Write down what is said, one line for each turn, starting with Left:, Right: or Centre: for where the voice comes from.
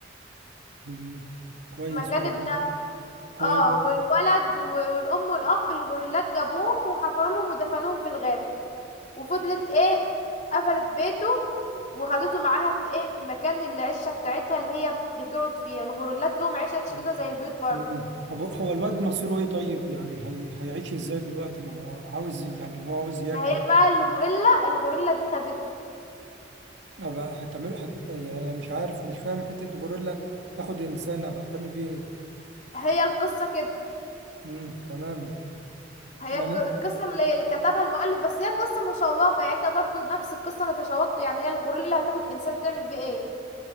Right: مم. كويس
Left: مكان
Right: وبعدين
Left: ابنها
Right: كويس
Left: اه والولد و- والأم والأب الغرولات جابوهم وحفروا لهم ودفنوهم في الغابة وفضلت ايه قفلت بيته وخدته معاها في ايه في مكان العشه بتاعتها اللي هي بتقعد فيها الغوريلات لهم عشش
Right: طب
Left: كده زي البيوت برضه
Right: مم. طب هو الواد مصيره ايه طيب يعني هي... هيعيش ازاي دلوقتي ما هو عاوز يعني اللي هو عاوز ياكل
Left: ما هي بقى الغوريلا الغوريلا دي خدته
Right: ابقى هتعمله هت... يعني أنا مش عارف مش فاهم حتة غوريلا تاخد انسان ابقى هتعمل بيه ايه
Left: هي القصه كده
Right: مم. تمام
Left: هي
Right: يعني
Left: ك- القصه اللي اللي كتبها المؤلف بس هي قصه مشوقه يعني انت برضو نفس القصه اللي تشوقته يعني هي الغوريلا هتاخد انسان تعمل بيه ايه